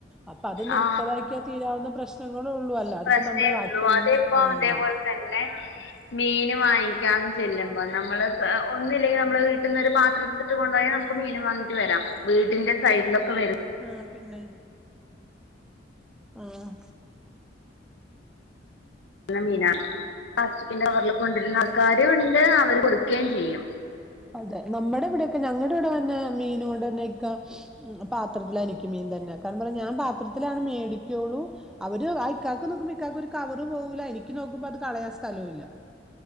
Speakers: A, in the centre; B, on the left.
A: അപ്പൊ അത് നിർത്തലാക്കിയാ
B: ആ
A: തീരാവുന്ന പ്രശ്ന ഞങ്ങളെ ഉള്ളൂ അല്ല അതിപ്പോ
B: പ്രശ്നേ
A: നമ്മളെ ബാക്കി
B: ഉള്ളൂ
A: എല്ലാം
B: അതിപ്പോ
A: ആഹ്
B: അതേപോലെ തന്നെ മീൻ വാങ്ങിക്കാം ചെല്ലുമ്പോ നമ്മള് ഒന്നില്ലെങ്കിലും നമ്മള വീട്ടീന്നൊരു പാത്രം എടുത്തിട്ട് കൊണ്ടോ യാൽ നമുക്ക് മീൻ വാങ്ങിട്ട് വരാം വീടിന്റെ സൈഡിലൊക്കെ വര
A: ആഹ് പിന്നെ ആഹ്
B: നല്ലമീന പ്ലാസ്റ്റിക്കിന്റെ കവറിൽ കൊണ്ടിരുന്ന ആൾക്കാരുംഉണ്ട് അവര് കൊടുക്കയും ചെയ്യും
A: അതെ നമ്മുടെ ഇവിടെയൊക്കെ ഞങ്ങളുടെ ഇവിടെ തന്നെ മീന കൊണ്ട് തന്നെ ഇക്ക പാത്രത്തിലഎനിക്ക് മീൻ തന്നെ കാരണം ഞാൻ പാത്രത്തിലാണ് മേടിക്കുള്ളൂ അവര് ആ ഇക്കാക്ക് നോക്കുമ്പോ ഇക്കക്ക് ഒരു കവറ് പോവൂല എനിക്ക് നോക്കുമ്പോ അത് കളയാൻ സ്ഥലവും ഇല്ല